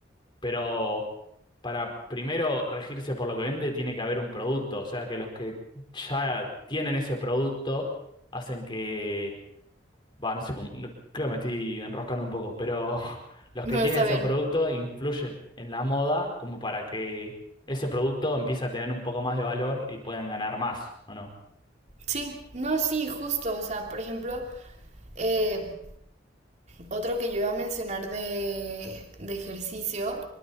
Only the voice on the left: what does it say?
pero... Para primero regirse por lo que vende, tiene que haber un producto. O sea, que los que ya tienen ese producto hacen que, Va, no sé cómo, no- creo que me estoy enroscando un poco, pero <laughs> los
que tienen
ese
producto influyen en la moda como para que ese producto empiece a tener un poco más de valor y puedan ganar más, ¿o no?